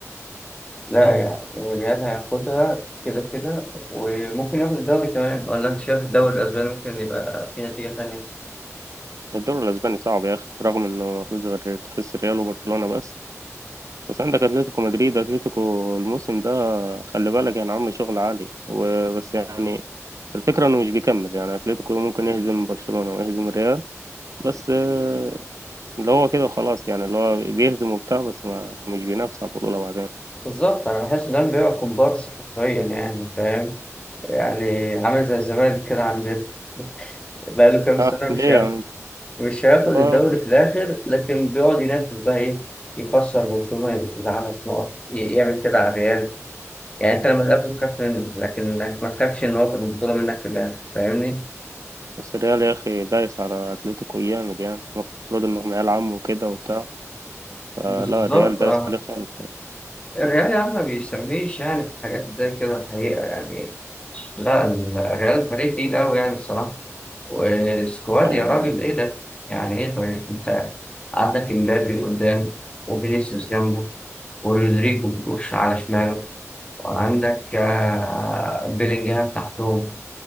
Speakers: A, on the left; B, on the right.
A: لا يعني الريال هياخدها كده كده وممكن ياخد الدوري كمان ولا انت شايف الدوري الاسباني ممكن يبقى في نتيجة تانية
B: الدوري الاسباني صعب يا اخي رغم انه ما فيهوش غير تحس ريال وبرشلونه بس بس عندك اتلتيكو مدريد اتلتيكو الموسم ده خلي بالك يعني عامل شغل عالي وبس يعني الفكره انه مش بيكمل يعني اتلتيكو ممكن يهزم برشلونه ويهزم الريال بس آه، اللي هو كده وخلاص يعني اللي هو بيهزم وبتاع بس ما مش بينافس على البطوله بعدين
A: بالظبط انا بحس ده بيبقى كومبارس حرفيا يعني فاهم يعني عامل زي الزمالك كده عندنا بقاله كام
B: اه
A: سنة مش
B: ليه
A: هياخد مش هياخد الدوري
B: يعني
A: في الآخر لكن بيقعد ينافس بقى إيه يكسر برشلونة يزعلك نقط ي- يعمل كده على الريال يعني أنت لما تقابله تخاف منه لكن إنك ما تخافش إن هو ياخد البطولة منك في الآخر فاهمني؟
B: بس الريال يا أخي دايس على أتلتيكو جامد يعني المفروض إنهم عيال عم وكده وبتاع فلا
A: بالظبط
B: الريال دايس
A: اه
B: عليه خالص
A: الريال يا عم ما بيسميش يعني في الحاجات زي كده الحقيقة يعني لا ال- الريال فريق تقيل أوي يعني الصراحة والسكواد
B: آه،
A: يا راجل إيه ده؟ يعني إيه طيب أنت عندك إمبابي قدام وفينيسيوس جنبه ورودريجو بيخش على شماله وعندك آه، بيلينجهام تحتهم